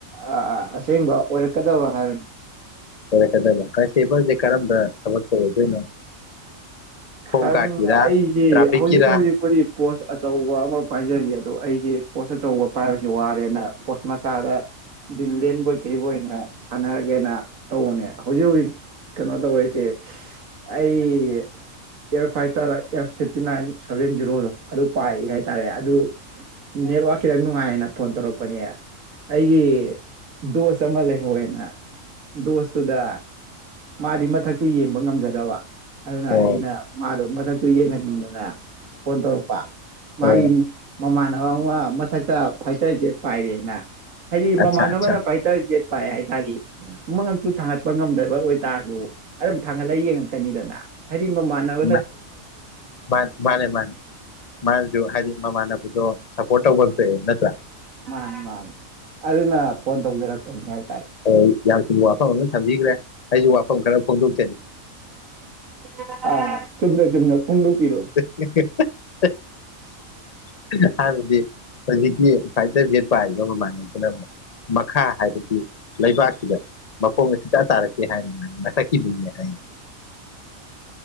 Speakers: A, on the right; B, on the left.
A: ꯑꯥ ꯑꯥ ꯑꯁꯦꯡꯕ ꯑꯣꯏꯔꯛꯀꯗꯕ ꯍꯥꯏꯔꯅꯤ
B: ꯑꯣꯏꯔꯛꯀꯗꯕ ꯀꯟꯁꯇꯦꯕꯜꯖꯦ ꯀꯔꯝꯕ ꯊꯕꯛꯇ ꯑꯣꯏꯗꯣꯏꯅꯣ
A: ꯈꯪ
B: ꯍꯣꯝ ꯒꯥꯔꯗꯀꯤꯔꯥ
A: ꯑꯩꯗꯤ
B: ꯇ꯭ꯔꯥꯐꯤꯛꯀꯤꯔꯥ
A: ꯍꯧꯖꯤꯛ ꯍꯧꯖꯤꯛꯄꯨꯗꯤ ꯄꯣꯁ ꯑꯆꯧꯕ ꯑꯃ ꯄꯥꯏꯖꯔꯤ ꯑꯗꯣ ꯑꯩꯁꯦ ꯄꯣꯁ ꯑꯆꯧꯕ ꯄꯥꯏꯕꯁꯤ ꯋꯥꯔꯦꯅ ꯄꯣꯁ ꯃꯆꯥꯗ ꯗꯤꯂꯦꯟꯕꯣꯏ ꯀꯩꯕꯣꯏꯅ ꯁꯥꯟꯅꯔꯒꯦꯅ ꯇꯧꯕꯅꯦ ꯍꯧꯖꯤꯛ ꯍꯧꯖꯤꯛ ꯀꯩꯅꯣ ꯇꯧꯔꯤꯁꯦ ꯑꯩ year fighter F fifty nine seven ꯖꯦꯔꯣꯗꯣ ꯑꯗꯨ ꯄꯥꯏꯔꯤ ꯍꯥꯏꯇꯥꯔꯦ ꯑꯗꯨ ꯅꯦꯠꯋꯥꯛ ꯈꯤꯇꯪ ꯅꯨꯡꯉꯥꯏꯌꯦꯅ ꯐꯣꯟ ꯇꯧꯔꯛꯄꯅꯦ ꯑꯩꯒꯤ ꯗꯣꯁ ꯑꯃ ꯂꯩꯍꯧꯋꯦꯅ ꯗꯣꯁꯇꯨꯗ ꯃꯥꯗꯤ ꯃꯊꯛꯇꯨ ꯌꯦꯡꯕ ꯉꯝꯖꯗꯕ ꯑꯗꯨꯅ
B: ꯑꯣ
A: ꯑꯩꯅ ꯃꯊꯛꯇꯨ ꯌꯦꯡꯍꯟꯅꯤꯡꯗꯅ ꯐꯣꯟ ꯇꯧꯔꯛꯄ ꯃꯥꯏ
B: ꯑꯣ
A: ꯏꯝ ꯃꯃꯥꯟꯅꯕ ꯑꯃ ꯃꯊꯛꯇ ꯐꯥꯏꯇꯔꯖꯦꯠ ꯄꯥꯏꯔꯦꯅ ꯍꯥꯏꯗꯤ ꯃꯃꯥꯟꯅꯕꯅ
B: ꯑꯠꯆꯥ ꯑꯠꯆꯥ
A: ꯐꯥꯏꯇꯔꯖꯦꯠ ꯄꯥꯏ ꯍꯥꯏꯇꯥꯥꯔꯤ ꯃꯉꯛꯇꯨ ꯊꯥꯡꯒꯠꯄ ꯉꯝꯗ꯭ꯔꯕ ꯑꯣꯏꯇꯥꯔꯁꯨ ꯑꯗꯨꯝ ꯊꯥꯡꯒꯠꯂ ꯌꯦꯡꯉꯛꯀꯅꯤꯗꯅ ꯍꯥꯏꯗꯤ ꯃꯃꯥꯟꯅꯕ
B: ꯃꯥ ꯃꯥ ꯃꯥꯅꯤ ꯃꯥꯅꯤ ꯃꯥꯁꯨ ꯍꯥꯏꯗꯤ ꯃꯃꯥꯟꯅꯕꯗꯣ ꯁꯄꯣꯔꯠ ꯇꯧꯕꯝꯖꯦ ꯅꯠꯇ꯭ꯔ
A: ꯑ ꯃꯥꯟ ꯑꯗꯨꯅ ꯐꯣꯟ ꯇꯧꯖꯔꯛꯄꯅꯤ ꯍꯥꯏ
B: ꯑꯥ ꯌꯥꯝ ꯆꯨꯝꯕ ꯋꯥꯐꯝ ꯑꯃ ꯊꯝꯕꯤꯒ꯭ꯔꯦ ꯑꯩꯖꯨ ꯋꯥ ꯐꯝ ꯈꯔ ꯐꯣꯡꯗꯣꯛ
A: <unintelligible> ꯆꯨꯝꯅ ꯆꯨꯝꯅ
B: <unintelligible>
A: ꯐꯣꯡꯗꯣꯛꯄꯤꯔꯛꯑꯣ
B: ꯍꯥꯢꯕ ꯨꯗꯤ ꯑꯈꯣꯢꯒꯤ ꯃꯤ ꯐꯥꯏꯇꯔꯖꯦ ꯄꯥꯏꯕ ꯃꯃꯥꯟꯅꯕꯗꯨꯅ ꯃꯨꯛ ꯃꯈꯥ ꯍꯥꯏꯕꯗꯤ ꯂꯩꯕꯥꯛꯁꯤꯗ ꯃꯈꯣꯡꯒ ꯁꯨꯛꯇ ꯇꯥꯔꯛꯇꯦ ꯍꯥꯏꯅ ꯃꯥ ꯃꯊꯛꯀꯤ ꯃꯤꯅꯦ ꯍꯥꯏ